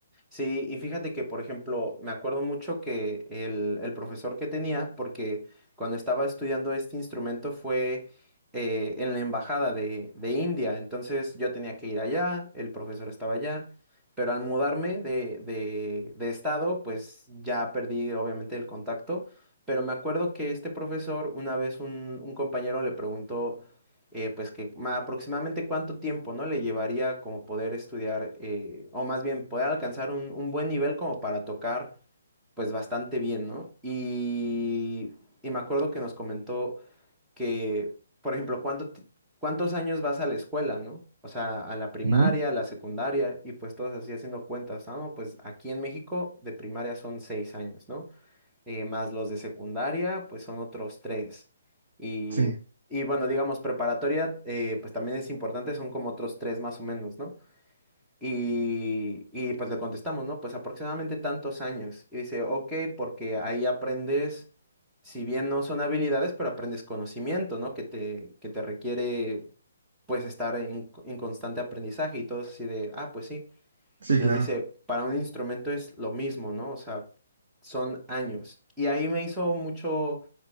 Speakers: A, in the centre; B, on the right (about 60°).
A: Sí, y fíjate que, por ejemplo, me acuerdo mucho que el, el profesor que tenía, porque cuando estaba estudiando este instrumento fue eh, en la embajada de, de India, entonces yo tenía que ir allá, el profesor estaba allá, pero al mudarme de, de, de estado, pues ya perdí obviamente el contacto, pero me acuerdo que este profesor, una vez un, un compañero le preguntó eh, pues que ma- aproximadamente cuánto tiempo, ¿no? Le llevaría como poder estudiar, eh, o más bien poder alcanzar un, un buen nivel como para tocar, pues bastante bien, ¿no? Y, y me acuerdo que nos comentó que, por ejemplo, cuánto, ti- cuántos años vas a la escuela, ¿no? O sea, a la primaria,
B: Ujú,
A: a la secundaria, y pues todos así haciendo cuentas, ah, no, pues aquí en México de primaria son seis años, ¿no? eh, más los de secundaria, pues son otros tres. Y,
B: Sí,
A: y bueno, digamos, preparatoria, eh, pues también es importante, son como otros tres más o menos, ¿no? Y, y pues le contestamos, ¿no? Pues aproximadamente tantos años. Y dice, ok, porque ahí aprendes, si bien no son habilidades, pero aprendes conocimiento, ¿no? Que te, que te requiere, pues, estar en, en constante aprendizaje y todo así de, ah, pues sí.
B: sí,
A: Nos
B: claro.
A: dice, para un instrumento es lo mismo, ¿no? O sea, son años. Y ahí me hizo mucho,